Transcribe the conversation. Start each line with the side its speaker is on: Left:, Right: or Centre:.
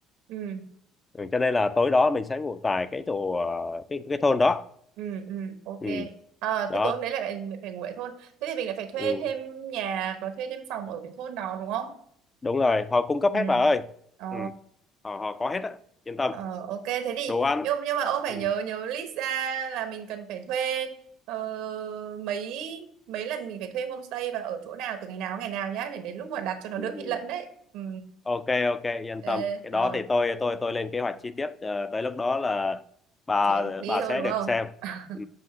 Right: ừ
Left: ừ, cho nên là tối đó mình sẽ ngủ tại cái chỗ ờ, cái cái thôn đó
Right: ừ ừ ok
Left: ừ,
Right: à,
Left: đó
Right: thế tối hôm đấy lại phải, phải ngủ ở thôn thế thì mình lại phải thuê
Left: ừ,
Right: thêm nhà và thuê thêm phòng ở cái thôn đó đúng không
Left: đúng rồi họ cung cấp
Right: ừ
Left: hết bà ơi
Right: ờ
Left: ừ, họ họ có hết á yên tâm
Right: ờ, ok thế thì
Left: đồ ăn
Right: nhưng nhưng mà ông phải
Left: ừ,
Right: nhớ nhớ list ra là mình cần phải thuê ờ, mấy mấy lần mình phải thuê homestay và ở chỗ nào từ ngày nào ngày nào nhá để đến lúc mà đặt cho nó
Left: ừ,
Right: đỡ
Left: ừ.
Right: bị lẫn đấy ừ
Left: Ok ok yên
Right: Ê,
Left: tâm cái đó
Right: rồi
Left: thì tôi tôi tôi lên kế hoạch chi tiết ờ, tới lúc đó là bà
Right: chỉ phải đi
Left: bà
Right: thôi
Left: sẽ
Right: đúng
Left: được
Right: không
Left: xem
Right: <laughs>
Left: ừ.